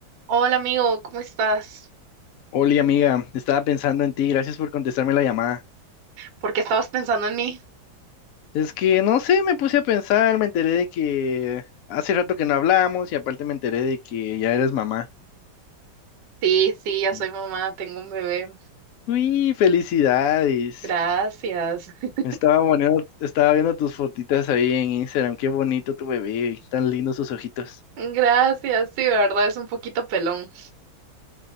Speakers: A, on the right; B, on the left.
A: Hola amigo, ¿cómo estás?
B: Oli, amiga, estaba pensando en ti, gracias por contestarme la llamada.
A: ¿Por qué estabas pensando en mí?
B: Es que no sé, me puse a pensar, me enteré de que hace rato que no hablamos y aparte me enteré de que ya eres mamá.
A: Sí, sí, ya
B: Y-
A: soy mamá, tengo un bebé.
B: Uy, felicidades.
A: Gracias. <laughs>
B: Estaba bueno, estaba viendo tus fotitas ahí en Instagram, qué bonito tu bebé, tan lindos sus ojitos.
A: Gracias, sí, de verdad es un poquito pelón.